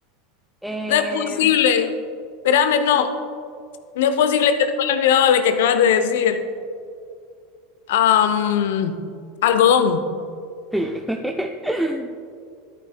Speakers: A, in the centre; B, on the left (about 65°).
A: Eh,
B: No es posible. Espérame, no. No es posible que te haya olvidado de que acabas de decir. Am, algodón.
A: sí. <laughs>